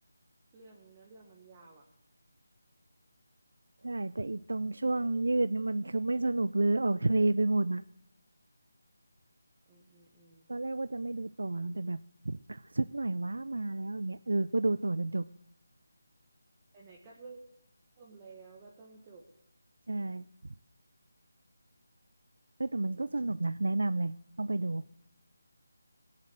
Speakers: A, on the right (about 15°); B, on the right (about 70°).
A: เรื่องเนื้อเรื่องมันยาวอ่ะ
B: ใช่แต่อีตรงช่วงยืดนี่มันคือไม่สนุกเลยออกทะเลไปหมดอะ
A: อืมอืมอืม
B: ตอนแรกว่าจะไม่ดูต่อนะแต่แบบสักหน่อยว่ามาแล้วอย่างเงี้ยเออก็ดูต่อจนจบ
A: ไหนๆก็เริ่มแล้วก็ต้องจบ
B: ใช่เอ้แต่มันก็สนุกนะแนะนำเลยต้องไปดู